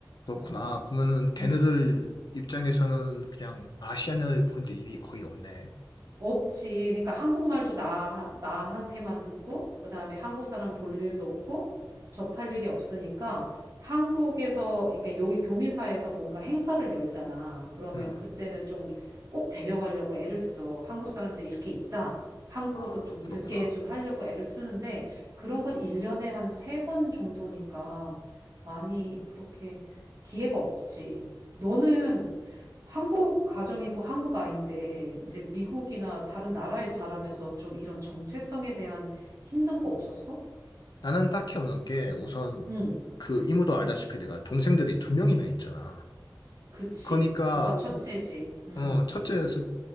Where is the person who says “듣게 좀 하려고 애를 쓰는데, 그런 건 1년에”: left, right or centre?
Right